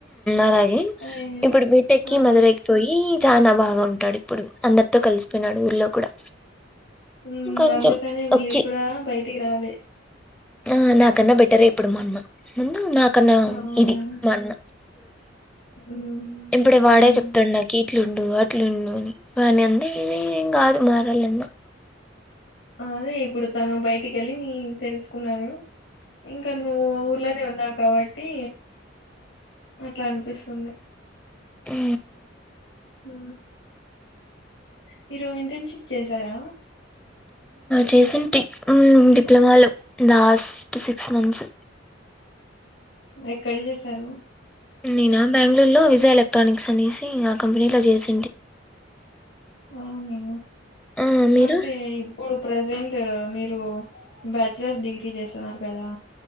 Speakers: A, in the centre; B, on the left (about 70°).
A: అలాగే
B: అయ్యో
A: ఇప్పుడు బీటెక్
B: ఆ
A: కి మధురైకి పోయి చాలా బాగా ఉంటాడు ఇప్పుడు అందరితో కలిసిపోయినాడు ఊర్లో కూడా
B: ఉ
A: కొంచెం
B: అందుకని మీరు
A: ఓకే
B: కూడా బయటికి రవాలి
A: ఆ నాకన్నా బెటరే ఇప్పుడు మా అన్న ముందు నాకన్నా
B: ఆ
A: ఇది మా అన్న
B: ఉమ్
A: ఎప్పుడే
B: ఉమ్
A: వాడే చెప్తాడు నాకి అట్లుండువు అట్లుండు అని వాని అందర ఏ ఏం కాదు మారాలన్నా
B: అదే ఇప్పుడు తను బయటికి వెళ్ళి తెలుసుకున్నారు ఇంకాను ఊర్లనే ఉన్నావ్ కాబట్టి అట్లా అనిపిస్తుంది
A: ఉ
B: ఆ మీరు ఇంటర్న్షిప్ చేసారా
A: చేసిన డిప్లొమాలు లాస్ట్ సిక్స్ మంత్స్
B: ఎక్కడ చేసారు
A: నేనా బెంగళూరు లో విజయ ఎలక్ట్రానిక్స్ అనేసి కంపెనీలో చేసా
B: అవును
A: ఆ మీరు
B: అంటే ఇప్పుడు ప్రెజెంట్ మీరు బ్యాచలర్స్ డిగ్రీ చేస్తున్నారు కదా